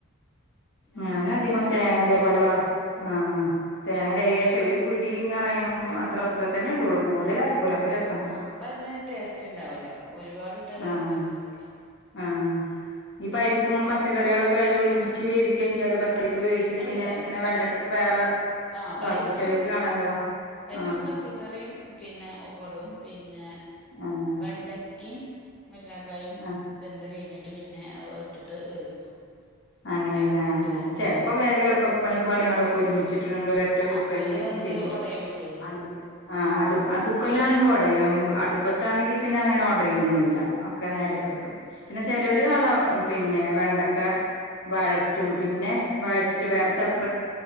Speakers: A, in the centre; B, on the left (about 60°).
A: ഞാന്
B: ഞാനധികോം
A: തേങ്ങ അരച്ചിട്ടന്നെ
B: തേങ്ങതേപോലെ
A: അധികം
B: വർ
A: വെക്കല്
B: ആഹ് തേങ്ങ ലേശം ഒരു പിടീന്ന് പറയുമ്പോ അത്രേ അത്ര തന്നെ ഉണ്ടാവ്ള്ളൂ കൂടുതലാർക്കൂല അപ്പൊ രസ്
A: ആഹ് അപ്പൊ അതിന് ടേസ്റ്റ്ണ്ടാവൂല ഒരുപാടിട്ട ടേസ്റ്റ്
B: ആഹ്
A: ഇണ്ടാവൂല
B: ആഹ് ഈ പരിപ്പും പച്ചക്കറികളൊക്കെ അതില് ഒരുമിച്ച് വേവിക്ക ചെയ്യാതെ പരിപ്പ് വേവിച്ചിട്ട്
A: അല്ല
B: പിന്നെ ഇങ്ങനെ
A: പരി
B: വെണ്ടക്കൊക്കെ വേറെ
A: ആ
B: ഇതാക്കും
A: പരിപ്പും
B: ചെലവര് കാണാല്ലോ
A: പരിപ്പും
B: ആഹ്
A: പച്ച ക്കറീം പിന്നെ ഒപ്പവിടും പിന്നെ
B: ആഹ്
A: വെണ്ടക്കേം മുരിങ്ങാക്കായും
B: ആഹ്
A: വെന്ത് കഴിഞ്ഞിട്ട് പിന്നെ ഇട്ടിട്ട് വേവിക്കും
B: അങ്ങനെയാല്ലേ
A: അയിത്തന്നെ ഇട്ട്
B: ഞാൻ
A: വേവിക്കും
B: ചിലപ്പോ വേഗം എളുപ്പപണിക്കു വേണ്ടി ഇങ്ങടൊക്കെ ഒരുമിച്ചിട്ട് ഇങ്ങടൊരൊ റ്റ വൂക്കലിന്
A: അപ്പൊ ഇത് വെന്ത്
B: ചെയ്യും
A: ഒടയൂലേ
B: അല്ലെങ് ആഹ് അടു കുക്കറിലാണെങ്കി ഒടയും അടുപ്പത്താണെങ്കി പിന്നെ അങ്ങനെ ഒടയ്യൊന്നുവില്ല ഒക്കെ നേരെ കിട്ടും പിന്നെ ചെലോര് കാണും പിന്നെ വെണ്ടക്ക വഴറ്റണു പിന്നെ വഴറ്റിയിട്ട് വേറെ സെപ്